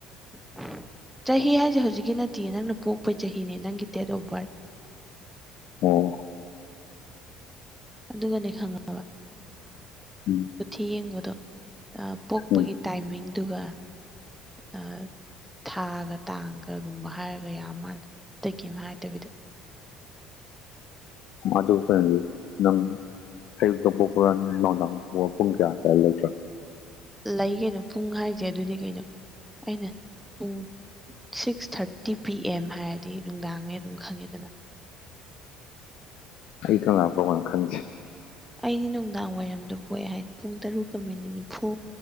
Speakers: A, in the centre; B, on the left.
A: <unintelligible> ꯆꯍꯤ ꯍꯥꯏꯖꯦ ꯍꯧꯖꯤꯛꯀꯤ ꯅꯠꯇꯤꯌꯦ ꯅꯪꯅ ꯄꯣꯛꯄꯩ ꯆꯍꯤꯅꯦ ꯅꯪꯒꯤ ꯗꯦꯠ ꯑꯣꯐ ꯕꯥꯔꯠ
B: ꯑꯣ
A: ꯑꯗꯨꯒꯅꯦ ꯈꯪꯉ
B: ꯎꯝ
A: ꯀꯨꯊꯤ ꯌꯦꯡꯕꯗꯣ ꯑꯥ ꯄꯣꯛꯄꯒꯤ
B: ꯎꯝ
A: ꯇꯥꯏꯃꯤꯡꯗꯨꯒ ꯑꯥ ꯊꯥꯒ ꯇꯥꯡꯒꯒꯨꯝꯕ ꯍꯥꯏꯔꯒ ꯌꯥꯕ ꯃꯥꯜꯂꯦ ꯑꯇꯩ ꯀꯩꯝ ꯍꯥꯏꯗꯕꯤꯗ <inaudible>
B: ꯃꯥꯗꯣ ꯀꯩꯅꯣꯗꯤ ꯅꯪ ꯑꯌꯨꯛꯛꯇ ꯄꯣꯛꯄ꯭ꯔ ꯅꯨꯡꯗꯥꯡ ꯄꯨꯡ ꯀꯌꯥ ꯑꯗꯨꯋꯥꯏ ꯂꯩꯇ꯭ꯔꯥ
A: ꯂꯩ ꯀꯩꯅꯣ ꯄꯨꯡ ꯍꯥꯏꯖꯦ ꯑꯗꯨꯅꯤ ꯀꯩꯅꯣ ꯑꯩꯅ ꯄꯨꯡ ꯁꯤꯛꯁ ꯊꯥꯔꯠ ꯇꯤ ꯄꯤ ꯑꯦꯝ ꯍꯥꯏꯔꯗꯤ ꯅꯨꯡꯗꯥꯡꯅꯦ ꯑꯗꯨꯝ ꯈꯪꯉꯦꯗꯅ
B: ꯑꯩ ꯀꯔꯝꯀꯥꯟ ꯄꯣꯛꯄꯅꯣ ꯈꯪꯗꯦ
A: ꯑꯩꯗꯤ ꯅꯨꯡꯗꯥꯡ ꯋꯥꯏꯔꯝꯗ ꯄꯣꯛꯑꯦ ꯍꯥꯏ ꯄꯨꯡ ꯇꯔꯨꯛꯀ ꯃꯤꯅꯤꯠ ꯅꯤꯐꯨ